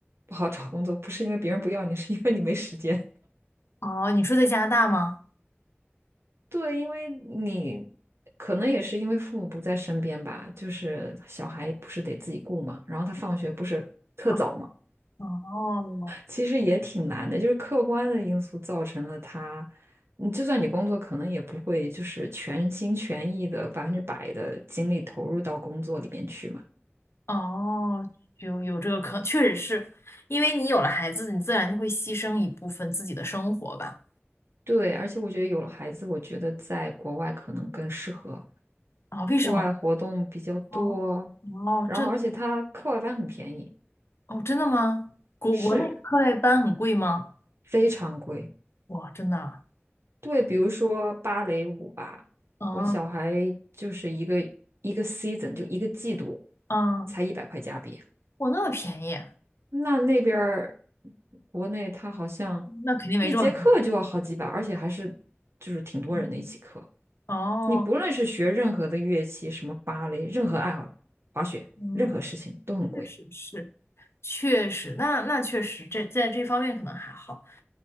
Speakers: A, on the right (about 70°); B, on the left (about 70°).
A: 不好找工作，不是因为别人不要你，是因为你没时间。
B: 哦，你说在加拿大吗？
A: 对，因为你可能也是因为父母不在身边吧，就是小孩不是得自己顾嘛，然后他放学不是特早嘛，
B: 哦哦，
A: 其实也挺难的，就是客观的因素造成了他，你就算你工作，可能也不会就是全心全意的百分之百的精力投入到工作里面去嘛。
B: 哦有有这个可，确实是因为你有了孩子，你自然就会牺牲一部分自己的生活吧？
A: 对，而且我觉得有了孩子，我觉得在国外可能更适合，
B: 啊、为什么？
A: 户外活动比较多，
B: 哦哦，
A: 然后而且他课外班很便宜，
B: 这哦，真的吗？国国内课外班很贵吗？
A: 是非常贵。
B: 哇，真的啊？
A: 对，比如说芭蕾舞吧，
B: 嗯
A: 我小孩就是一个一个 season 就一个季度
B: 嗯，
A: 才一百块加币，
B: 哇，那么便宜。
A: 那那边儿国内他好像
B: 那肯定没这么疼
A: 一节课就要好几百，而且还是就是挺多人的一起课。
B: 嗯哦，
A: 你不论是学任何的乐器，什么芭蕾，任何爱好，滑雪，
B: 嗯，
A: 任何事情都很贵。
B: 确实是，确实，那那确实，这在这方面可能还好。